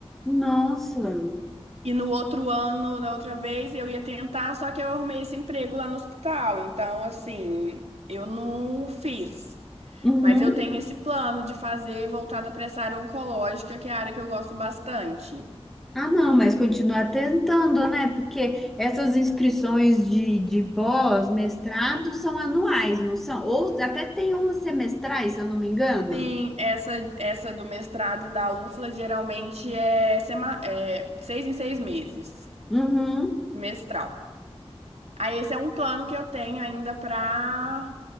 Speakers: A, in the centre; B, on the right (about 80°).
A: Nossa.
B: E no outro ano, na outra vez, eu ia tentar, só que eu arrumei esse emprego lá no hospital. Então, assim, eu não fiz.
A: Uhum.
B: Mas eu tenho esse plano de fazer voltada para essa área oncológica, que é a área que eu gosto bastante.
A: Ah, não, mas continuar tentando, né? Porque essas inscrições de, de pós-mestrado são anuais, não são? Ou até tem umas semestrais, se eu não me engano.
B: Sim, essa, essa do mestrado da UFLA geralmente é, sema, é seis em seis meses,
A: Uhum.
B: mestral. Aí esse é um plano que eu tenho ainda para